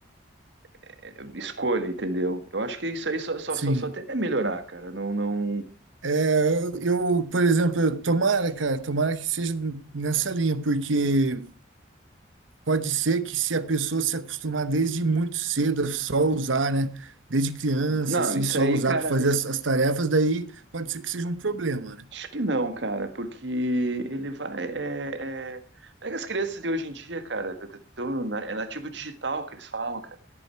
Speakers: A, on the right; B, on the right.
A: é, escolha, entendeu? Eu acho que isso aí só, só,
B: sim.
A: só, só tende a melhorar, cara. Não, não,
B: É, eu, por exemplo, eu- tomara, cara, tomara que seja nessa linha, porque pode ser que se a pessoa se acostumar desde muito cedo a só usar, né? Desde criança,
A: não,
B: assim,
A: isso
B: só
A: aí,
B: usar
A: cara,
B: para fazer
A: es-
B: as, as tarefas, daí pode ser que seja um problema, né?
A: acho que não, cara, porque ele vai. É, é... Pega as crianças de hoje em dia, cara, tão na- é nativo digital que eles falam, cara.